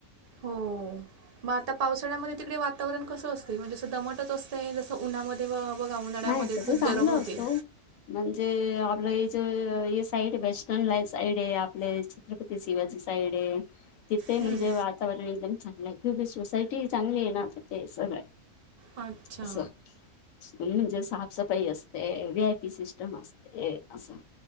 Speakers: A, on the right; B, on the left.
A: हो मग आता पावसाळ्यामध्ये तिकडे वातावरण कसं असतंय म्हणजे असं दमटच असतेस कसं उन्हामध्ये व व गावनळ्यामध्ये
B: नाही तसं
A: खूप
B: चांगलं
A: गरम होते
B: असतो. म्हणजे आपलं ह ज साईड वेस्टर्न ला साईड आहे आपल्या छत्रपती शिवाजी साईड तिथे
A: हं.
B: म्हणजे वातावरण एकदम चांगलं आहे किंी सोसायटी चांगली आहे ना तिथे सगळं
A: अछा
B: असं म्हणजे साफसफाई असते व्ही आय पी सिस्टम असते असं